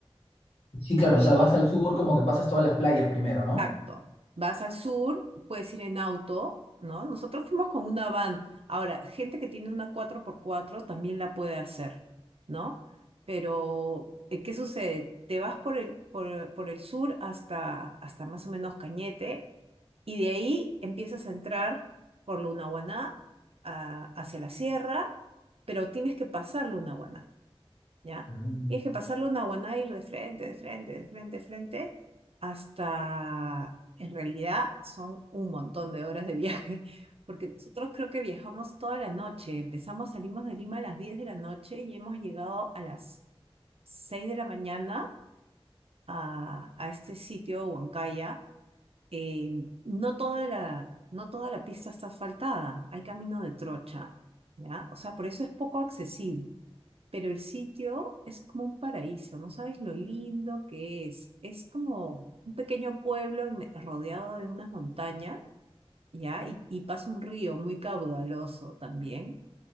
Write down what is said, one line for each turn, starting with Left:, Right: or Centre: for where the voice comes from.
Left: Sí, claro, o sea, vas al sur como que pasas todas las playas primero,
Right: Exacto.
Left: ¿no?
Right: Vas al sur, puedes ir en auto, ¿no? Nosotros fuimos con una van. Ahora, gente que tiene una cuatro por cuatro también la puede hacer, ¿no? Pero, eh, ¿qué sucede? Te vas por el, por, por el sur hasta, hasta más o menos Cañete Y de ahí empiezas a entrar por Lunahuaná a- hacia la sierra, pero tienes que pasar Lunahuaná, ¿ya?
Left: Mm,
Right: Tienes que pasar Lunahuaná y ir de frente, de frente, de frente, de frente, hasta, en realidad, son un montón de horas de viaje, <laughs> porque nosotros creo que viajamos toda la noche. Empezamos, salimos de Lima a las 10 de la noche y hemos llegado a las 6 de la mañana a, a este sitio, Huancaya eh, no toda la, no toda la pista está asfaltada, hay camino de trocha, ¿ya? O sea, por eso es poco accesible, pero el sitio es como un paraíso, no sabes lo lindo que es. Es como un pequeño pueblo en me- rodeado de unas montañas, ¿ya? Y, y pasa un río muy caudaloso también.